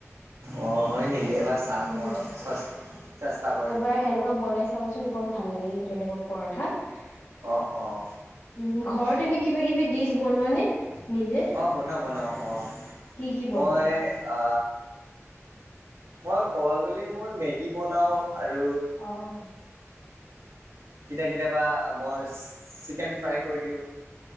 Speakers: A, on the right (about 75°); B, on the left (about 65°).
A: অ, হয় নেকি? এইবাৰ চাম
B: উম
A: মই <unintelligible> কৰিম
B: এবাৰ সেনেকুৱা বনাই চাবচোন বৰ ভাল লাগে কিন্তু। সেনেক পৰঠা উম,
A: অ', অ',
B: ঘৰত এনে কিবা কিবি ডিচ বনোৱা নে? নিজে
A: অঁ, বনাওঁ বনাওঁ, অঁ,
B: কি কি
A: মই
B: বনোৱা
A: আ মই ক'ব গ'লি মই মেগী বনাও। আৰু
B: অ অ
A: কিতাকিটা কেতিয়াবা মই চিকেন ফ্ৰাই কৰি দিওঁ।